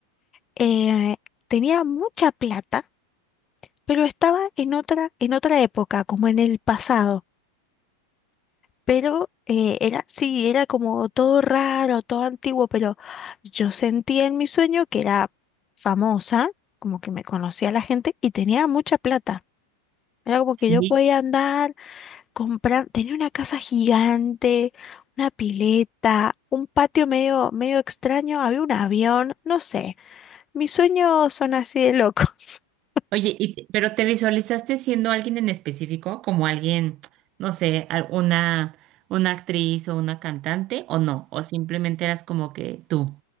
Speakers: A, on the left (about 25°); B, on the right (about 35°).
A: eh, tenía mucha plata, pero estaba en otra, en otra época, como en el pasado. pero eh, era, sí, era como todo raro, todo antiguo, pero yo sentía en mi sueño que era famosa, como que me conocía la gente y tenía mucha plata. Era como que
B: sí.
A: yo podía andar, comprar, tenía una casa gigante, una pileta, un patio medio, medio extraño, había un avión, no sé, mis sueños son así de locos. <laughs>
B: Oye, y te- pero ¿te visualizaste siendo alguien en específico, como alguien, no sé, al- una, una actriz o una cantante o no? ¿O simplemente eras como que tú?